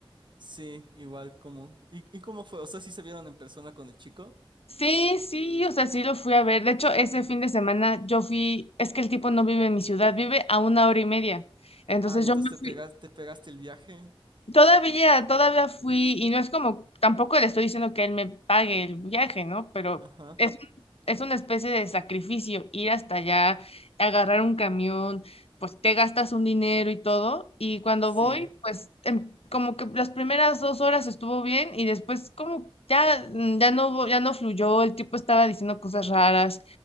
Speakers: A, on the right; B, on the left.
A: Sí, igual como ¿Y, y cómo fue? O sea, ¿sí se vieron en persona con el chico?
B: Sí, sí, o sea, sí lo fui a ver. De hecho, ese fin de semana yo fui, es que el tipo no vive en mi ciudad, vive a una hora y media. Entonces
A: Ah, y
B: yo
A: entonces
B: me
A: te
B: fui,
A: pegaste te pegaste el viaje.
B: Todavía, todavía fui, y no es como, tampoco le estoy diciendo que él me pague el viaje, ¿no? Pero
A: Ajá.
B: es, un- es una especie de sacrificio ir hasta allá, agarrar un camión, pues te gastas un dinero y todo, y cuando
A: Sí.
B: voy, pues em, como que las primeras dos horas estuvo bien y después como ya, mm, ya no, hubo- ya no fluyó, el tipo estaba diciendo cosas raras.